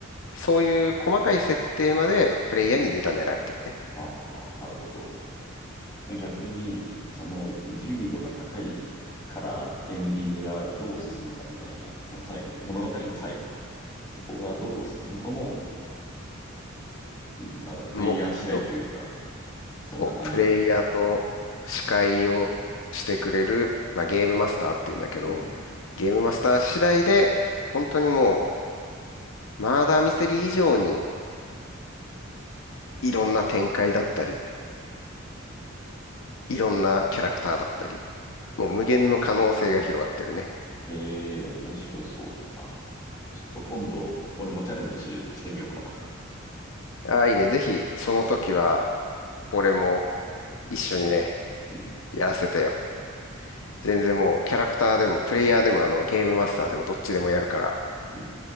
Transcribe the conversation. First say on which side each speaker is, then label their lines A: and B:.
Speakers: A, on the left; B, on the left.
A: そういう細かい設定までプレイヤーに委ねられてるね。
B: ああなるほど。逆に、その自由度が高いからエンディングがどう進むかみたいな、その最後の、物語の最後か。そこがどう進むかも、うん、なんだろう、プレイヤー次第というか、
A: もっと、
B: そんな感じなのかな。
A: プレイヤーと司会をしてくれる、まあ、ゲームマスターっていうんだけど、
B: うん
A: ゲームマスター次第で、本当にもう、マーダーミステリー以上に、いろんな展開だったり、いろんなキャラクターだったり、もう無限の可能性が広がってるね。
B: ええー、面白そうだな。ちょっと今度、俺もチャレンジし、してみようかな。
A: ああ、いいね。ぜひ、その時は、俺も一緒にね、
B: うん
A: やらせてよ。全然もう、キャラクターでも、プレイヤーでも、あの、ゲームマスターでも、どっちでもやるから。
B: うん